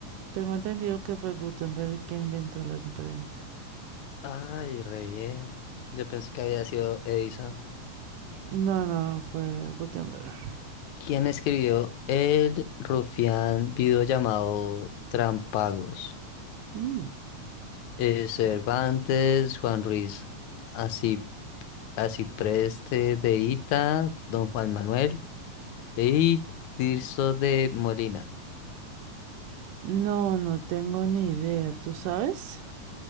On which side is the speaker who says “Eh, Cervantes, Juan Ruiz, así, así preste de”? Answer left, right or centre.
Left